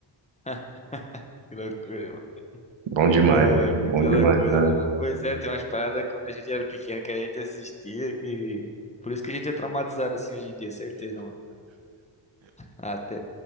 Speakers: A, on the left (about 15°); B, on the right (about 75°).
A: <laughs> Que loucura,
B: Bom demais,
A: Ai,
B: né? bom
A: cada
B: demais,
A: coisa,
B: né?
A: né, mano? Pois é, tem umas paradas quando a gente era pequeno que a gente assistia que. Por isso que a gente é traumatizado assim hoje em dia, certeza, mano. Até...